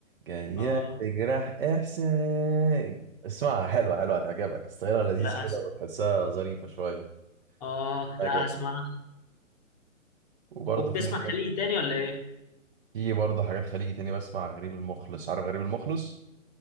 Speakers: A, on the right; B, on the left.
A: جاية
B: اه
A: تجرح إحساس اسمعها حلوة حلوة هتعجبك ستايلها لذيذ
B: لا
A: كده
B: هس...
A: وتحسها ظريفة شوية
B: اه
A: أكيد
B: لا هسمعها
A: وبرضه
B: وبتسمع
A: في حاجات
B: خليجي تاني ولا ايه
A: في برضه حاجات خليجي تاني بسمع غريب المخلص عارف غريب المخلص